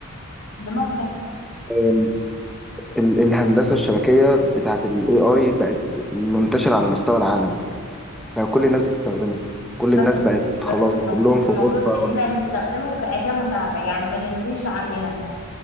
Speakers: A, on the left; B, in the centre.
A: دماغه خربت
B: آم، ال- الهندسة الشبكية بتاعت ال AI بقت منتشرة على مستوى العالم بقى كل الناس بتستخدمه كل
A: بس
B: الناس بقت
A: بس
B: خلاص
A: المفروض
B: كلهم في
A: المفروض
B: غرفة
A: اننا
B: واحدة
A: نستخدمه كأداة مساعدة يعني ما نلغيش عقلنا